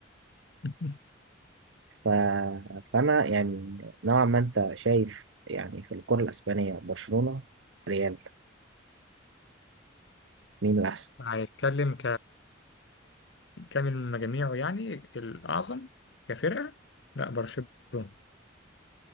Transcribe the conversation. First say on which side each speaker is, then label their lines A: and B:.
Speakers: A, on the left (about 60°); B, on the right (about 75°).
A: <laughs>
B: ف... فأنا يعني نوعا ما أنت شايف يعني في الكرة الأسبانية برشلونة ريال مين الأحسن؟
A: هنتكلم ككامل مجاميعه يعني الأعظم كفرقة لا برشلونة ما